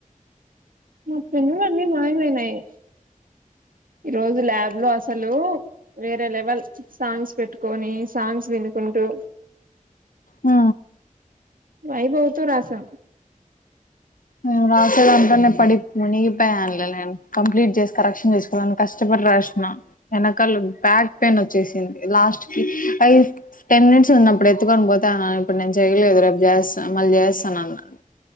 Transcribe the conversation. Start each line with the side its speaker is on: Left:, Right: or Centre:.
Right: నా పెన్నులన్నీ మాయమైనాయి ఈ రోజు ల్యాబ్ లో అసలు వేరే లెవెల్ సాంగ్స్ పెట్టుకొని సాంగ్స్ వినుకుంటూ
Left: ఆ
Right: వైభవ్ తో రాసాం
Left: నేను రాసేదాంట్లోనేే పడి ముగిపోయానులే నేను కంప్లీట్ చేసి కరెక్షన్ చేసుకోవాలని కష్టపడి రాసిన వెనకాల బ్యాక్ పెయిన్ వచ్చేసింది లాస్ట్ కి ఫైవ్ టెన్ మినిట్స్ ఉన్నప్పుడు ఎత్తుకొని పోతే ఆమె ఇప్పుడు నేను చేయలేదు రేపు చేస్తాను మళ్ళీ చేస్తాను అన్నాను.